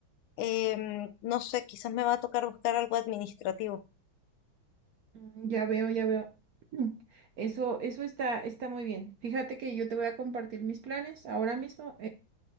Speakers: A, on the left; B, on the right.
A: Em, no sé, quizás me va a tocar buscar algo administrativo.
B: Mm, Ya veo, ya veo. <clears throat> Mm, Eso, eso está, está muy bien. Fíjate que yo te voy a compartir mis planes ahora mismo.